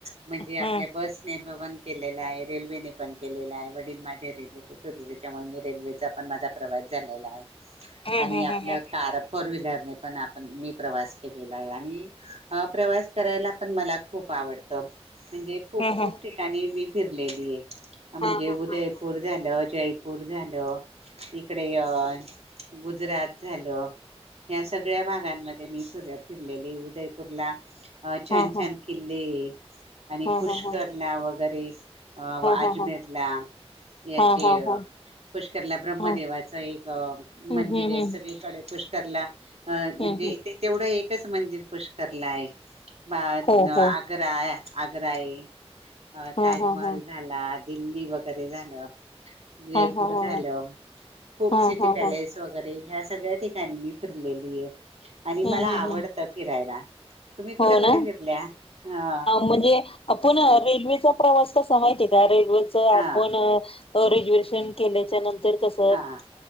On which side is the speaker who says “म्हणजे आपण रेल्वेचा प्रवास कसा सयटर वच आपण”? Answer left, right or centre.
Left